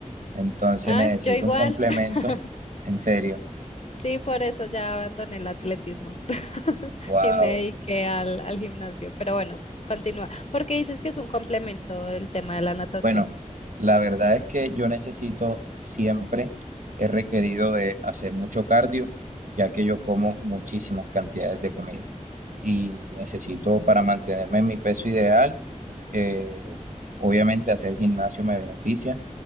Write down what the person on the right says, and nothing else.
Entonces
necesito
un complemento,
en serio.
Wow.
Bueno, la verdad es que yo necesito siempre, he requerido de hacer mucho cardio, ya que yo como muchísimas cantidades de comida. y necesito
para mantenerme en mi peso ideal. eh, obviamente hacer gimnasio me beneficia,